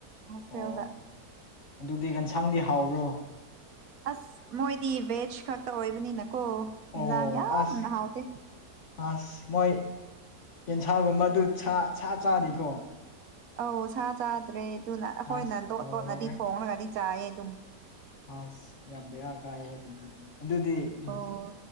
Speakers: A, on the right; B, on the left.
A: ꯍꯣꯁꯇꯦꯜꯗ
B: ꯑꯣ ꯑꯗꯨꯗꯤ ꯌꯦꯟꯁꯥꯡꯗꯤ ꯍꯥꯎꯕ꯭ꯔꯣ
A: ꯑꯁ ꯃꯣꯏꯗꯤ ꯕꯦꯖ ꯈꯛꯇ ꯑꯣꯏꯕꯅꯤꯅꯀꯣ ꯏꯟꯖꯥꯡ
B: ꯑꯣ
A: ꯌꯥꯝꯅ
B: ꯑꯁ
A: ꯍꯥꯎꯇꯦ <unintelligible>
B: ꯑꯁ ꯃꯣꯏ ꯌꯦꯟꯁꯥꯒꯨꯝꯕꯗꯨ ꯁꯥ ꯁꯥ ꯆꯥꯗꯦꯀꯣ
A: ꯑꯧ ꯁꯥ ꯆꯥꯗ꯭ꯔꯦ ꯑꯗꯨꯅ ꯑꯩꯈꯣꯏꯅ
B: ꯑꯁ
A: ꯂꯣꯠ
B: ꯂꯣꯏꯔꯦ
A: ꯂꯣꯠꯅꯗꯤ ꯊꯣꯡꯂꯒꯗꯤ ꯆꯥꯏꯌꯦ ꯗꯨꯝ
B: ꯑꯁ ꯌꯥꯝ ꯕꯦꯔꯥ ꯀꯥꯏꯍꯦ ꯑꯗꯨꯗꯤ ꯑꯗꯨꯗꯤ ꯎꯝ
A: ꯑꯣ